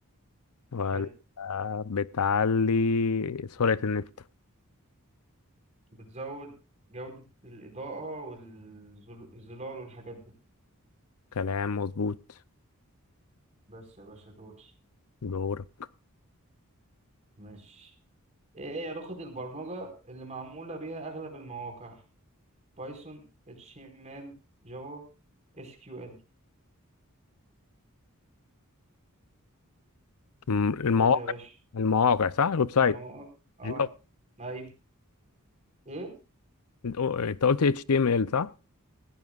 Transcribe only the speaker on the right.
حلو
بتزود جودة الإضاءة والظلال والحاجات دي
بس يا باشا دوري
ماشي ايه هي لغة البرمجة اللي معمولة بيها اغلب المواقع بايثون اتش تي ام ال جافا اس كيو ال
قول لي يا باشا
المواقع اه
ايوه ايه